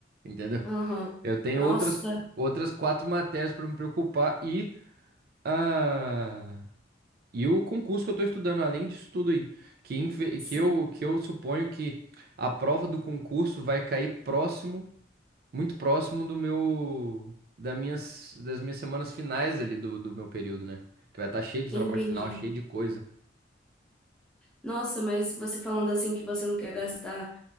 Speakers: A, on the right; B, in the centre.
A: entendeu?
B: Aham.
A: Eu tenho
B: Nossa,
A: outras, outras quatro matérias para me preocupar e, ah, e o concurso que eu estou estudando, além disso tudo aí, que, infe-
B: sim,
A: que eu, que eu suponho que a prova do concurso vai cair próximo. muito próximo do meu da minhas das minhas semanas finais ali do, do meu período, né? Que vai estar cheio de trabalho
B: entendi.
A: final, cheio de coisa.
B: Nossa, mas você falando assim que você não quer gastar